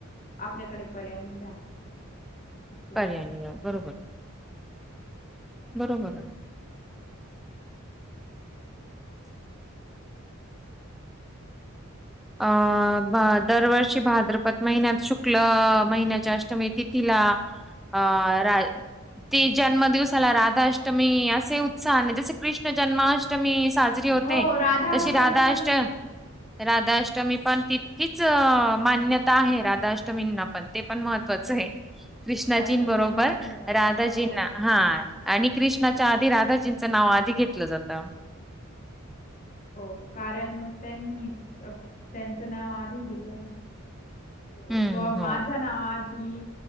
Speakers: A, on the left; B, in the centre.
A: आपल्याकडे पर्याय नाही राहत. कसला.
B: पर्याय नाही राहत. बरोबर बरोबरय अ भाद दरवर्षी भाद्रपद महिन्यात शुक्ल महिन्याच्या अष्टमी येती तिला अ रा ती जन्मदिवसाला राधा अष्टमी असे उत्साहने जसे की कृष्ण जन्माष्टमी साजरी होते.
A: हो राधाअष्टमी
B: तशी राधाष्ट
A: पण
B: राधाष ष्टमी पण तितकीच मान्यता आहे राधा अष्टमींना पण ते पण महत्त्वाचंय कृष्णाजीं
A: त्यांचा जन्म
B: बरोबर.
A: झाला
B: राधाजींना
A: हो. राधाजीना
B: हा
A: हा
B: आणि कृष्णाच्या आधी राधाजींचं नाव आधी घेतलं जातं
A: हो कारण त्यांनी त्यांचं नाव आधी दिलं ना
B: हम्म
A: कि बॉ
B: हो
A: माझ्या नावा आधी